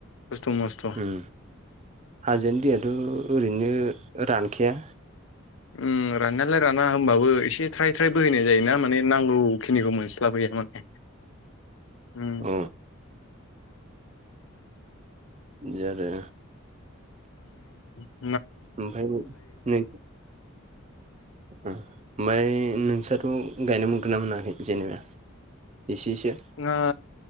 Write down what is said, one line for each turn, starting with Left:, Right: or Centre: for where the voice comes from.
Left: खस्थ' मस्थ'
Right: उम हाजोनि दैया थ' ओरैनो रानखाया
Left: ओम राननायालाय राना होमबाबो एसे थ्राय थ्राय बोहैनाय जायोना जोंनिखौ मोनस्लाब हैया माने उम
Right: अ बिदि आरो
Left: आम
Right: ओमफाय <inaudible> ओमफाय नोंसोरथ' गायनो मोनगोन ना मोनाखै जेनेबा? एसेसो
Left: ना